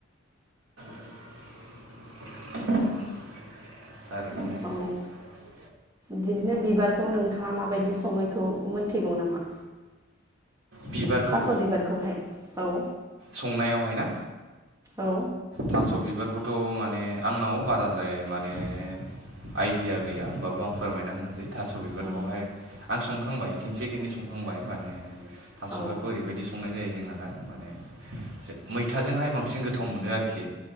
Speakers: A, on the right; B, on the right.
A: <unintelligible>
B: औ बिदिनो बिबारखौ नोंथाङा माबायदि सङो बिखौ मोनथिगौ नामा?
A: बिबारखौ
B: थास बिबारखौहाय औ।
A: संनायावहाय ना
B: औ
A: थास बिबारखौ थ' माने आंनाव बाराद्राय माने आइदिया गैया होमबाबो आं फोरमायना होनोसै। थास बिबारखौहाय
B: औ
A: आं संखांबाय खनसे खननै संखांबाय माने थासबिबारखौ
B: औ
A: ओरैबायदि संनाय जायो जोंनाहाय माने मैथाजोंहाय बांसिन गोथाव मोनो आरोखि।